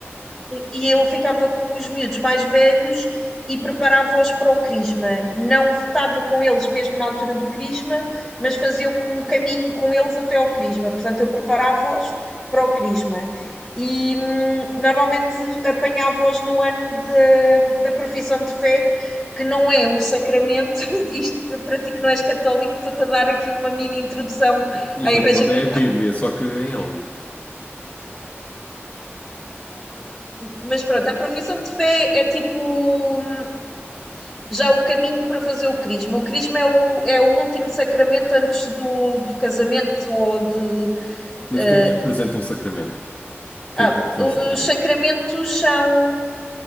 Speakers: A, in the centre; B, on the left.
A: e eu ficava com os miúdos mais velhos e preparava-os para o crisma. Não estava com eles mesmo na altura do crisma, mas fazia um caminho com eles até ao crisma. Portanto, eu preparava-os para o crisma. E hum, normalmente apanhava-os no ano de- da profissão de fé, que não é um sacramento. <laughs> Isto para ti que não és católico, estou-te a dar aqui uma mini introdução
B: Isto
A: à Igreja
B: no fundo
A: Católica.
B: é a Bíblia, só que em áudio.
A: Mas pronto, a profissão de fé é tipo hum, Já o caminho para fazer o crisma. O crisma é o, é o último sacramento antes do, do casamento ou de.
B: Mas
A: eh,
B: o que é que representa um sacramento? O que
A: ah,
B: é que é ser
A: os
B: um sacramento?
A: sacramentos são